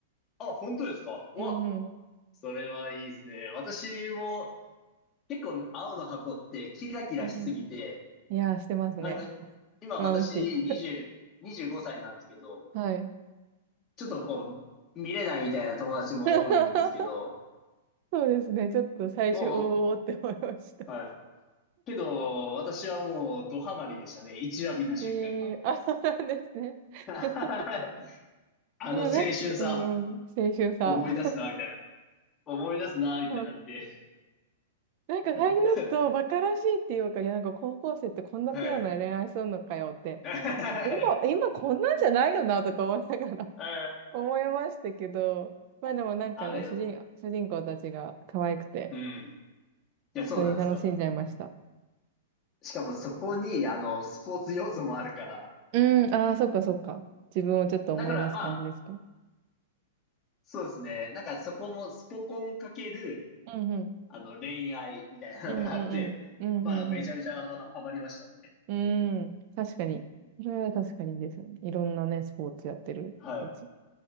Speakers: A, on the left; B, on the right.
A: あ、本当ですかうわ、
B: うんうん。
A: それはいいですね。私も結構青の箱ってキラキラしすぎて、
B: うんうん。いやー、してますね。
A: まあ今、今私20、
B: 眩しい。
A: 25歳なんですけど、
B: はい。
A: ちょっとこう、見れないみたいな友達も多いんですけど、
B: <laughs> そうですね。ちょっと最初、
A: も
B: おーって思いました。
A: う、はい。けど、私はもうドハマりでしたね。1話見た瞬間から。
B: <laughs> えーあ、そうなんですね。
A: <laughs> あ
B: <laughs> いや、
A: の青春さ、
B: なんか、うんうん、青春さ。
A: 思い出すな、みたいな。思い出すな、みたいになって。
B: うんなんか最初だとバカらしいっていうか、
A: <laughs>
B: いや、なんか高校生ってこんなピュアな恋愛するのかよって、
A: はい。<laughs> う
B: 今、今こんなんじゃないよなとか思いながら
A: ん
B: <laughs> 思いましたけど、まあでもなんかね、
A: あれ、
B: 主人、主人公たちが可愛くて、
A: うん。いや、そうなんですよ。
B: 普通に楽しんじゃいました。
A: しかもそこに、あの、スポーツ要素もあるから。
B: うん、ああ、そっかそっか。自分をちょっと思い出す感じですか。
A: だからまあ、そうですね。なんかそこもスポコンかける、
B: うんうん。
A: あの、恋愛みたいなのがあって、
B: うんうんうん。うんうんうん。
A: まあ、めちゃめちゃハマりましたね。
B: うん。確かに。それは確かにですよね。いろんなね、スポーツやってる人たち。
A: はい。